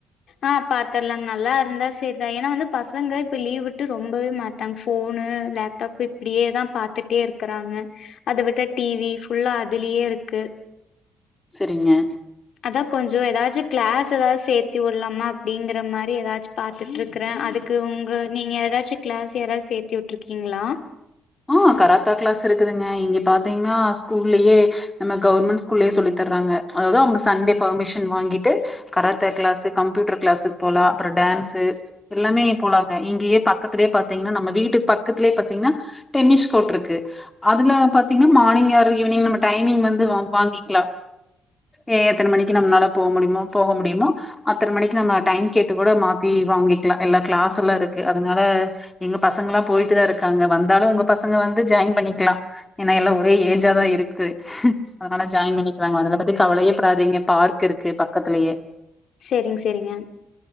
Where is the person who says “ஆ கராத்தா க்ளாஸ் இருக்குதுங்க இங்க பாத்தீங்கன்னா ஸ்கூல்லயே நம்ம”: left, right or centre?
Left